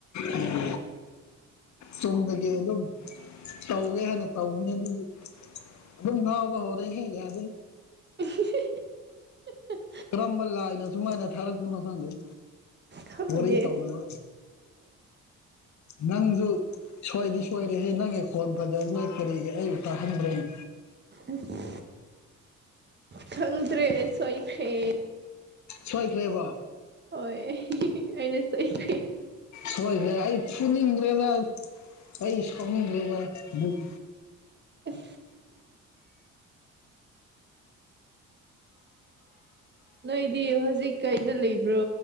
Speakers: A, on the left; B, on the right.
A: ꯎꯝ ꯆꯨꯝꯗꯒꯤ ꯑꯗꯨꯝ ꯇꯧꯒꯦ ꯍꯥꯏꯅ ꯇꯧꯕꯅꯦ ꯑꯗꯨ ꯨꯑꯗꯨꯝ ꯉꯥꯎꯕ ꯍꯧꯔꯦꯍꯦ ꯌꯗꯦ
B: ꯎ <unintelligible>
A: ꯀꯔꯝꯕ ꯂꯥꯏꯅ ꯁꯨꯨꯃꯥꯏꯅ ꯊꯥꯔꯛ ꯄꯅꯣ ꯈꯪꯗꯦꯍꯦ
B: ꯈꯪꯗꯦ
A: ꯋꯥꯔꯤ ꯇꯧꯅꯔꯣ ꯅꯪꯖꯨ ꯁꯣꯏꯗꯤ ꯁꯣꯏꯔꯦꯍꯦ ꯅꯪꯒꯤ ꯈꯣꯟ ꯐꯖꯕꯁꯦ ꯀꯔꯤꯒꯤ ꯑꯩꯕꯨ ꯇꯥꯍꯟꯕꯔꯅꯦ
B: ꯑꯁ ꯈꯪꯗ꯭ꯔꯦ ꯑꯩ ꯁꯣꯏꯈ꯭ꯔꯦ
A: ꯁꯣꯏꯈ꯭ꯔꯦꯕꯥ
B: ꯍꯣꯏ ꯑꯩꯅ ꯁꯣꯏꯈ꯭ꯔꯦ
A: ꯁꯣꯏꯈ꯭ꯔꯦ ꯑꯩ ꯐꯨꯅꯤꯡꯈꯔꯦꯗ ꯑꯩ ꯁꯥꯎꯅꯤꯡꯈꯔꯦꯗ ꯑꯃꯨꯛ
B: ꯑꯪ ꯅꯣꯏꯗꯤ ꯍꯧꯖꯤꯛ ꯀꯩꯗ ꯂꯩꯕ꯭ꯔꯣ